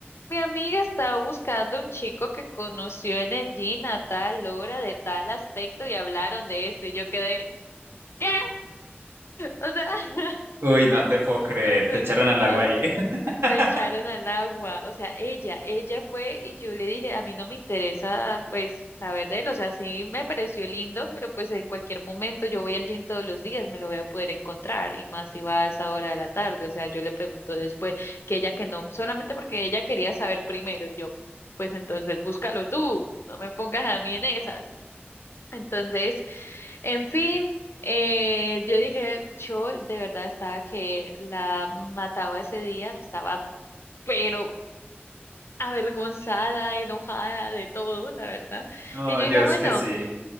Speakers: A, on the left (about 75°); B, on the right (about 75°).
A: mi amiga estaba buscando un chico que conoció en el gym a tal hora, de tal aspecto, y hablaron de esto, y yo quedé, ¿qué? O sea, <laughs>
B: Uy, no te puedo creer,
A: O sea,
B: te echaron al agua
A: o sea,
B: ahí.
A: me
B: <laughs>
A: echaron al agua. O sea, ella, ella fue y yo le dije, a mí no me interesa pues saber de él. O sea, sí me pareció lindo, pero pues en cualquier momento yo voy al gym todos los días, me lo voy a poder encontrar. Y más si va a esa hora de la tarde. O sea, yo le pregunto después que ella que no, solamente porque ella quería saber primero y yo, pues entonces búscalo tú, no me pongas a mí en esas. Entonces, en fin, eh, yo dije, yo de verdad estaba que la mataba ese día, estaba pero avergonzada, enojada de todo, la verdad.
B: No,
A: Y yo
B: yo
A: dije,
B: es
A: bueno.
B: que sí,